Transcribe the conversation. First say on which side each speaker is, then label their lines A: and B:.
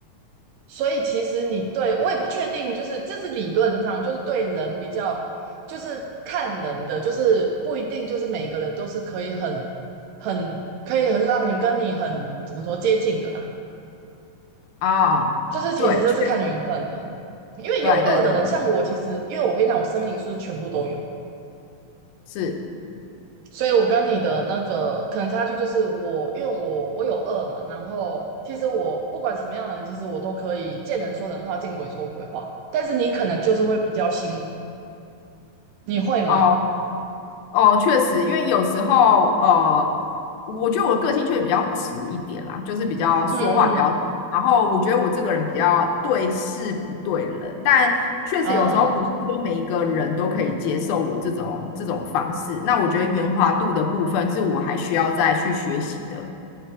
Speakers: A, on the right; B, on the left.
A: 所以其实你对我也不确定，就是这是理论上，就是对人比较，就是看人的，就是不一定就是每个人都是可以很很可以很让你跟你很怎么说接近的啦，
B: 哦，
A: 就是其实这是看缘分的，
B: 对，确实
A: 因为有恶的人，
B: 对对对对，
A: 像我其实因为我跟你讲，我生命灵数是全部都有，
B: 是，
A: 所以我跟你的那个可能差距就是我因为我我有恶嘛，然后其实我不管什么样的人，其实我都可以见人说人话，见鬼说鬼话。但是你可能就是会比较辛苦。你会吗？
B: 哦哦，确实，因为有时候，呃，我觉得我的个性确实比较直一点啦，就是比较说话比较，
A: 嗯
B: 然后我觉得我这个人比较对事不对人，但确实有时候不是说每一个人都可以接受我这种这种方式，
A: 啊，
B: 那我觉得圆滑度的部分是我还需要再去学习的，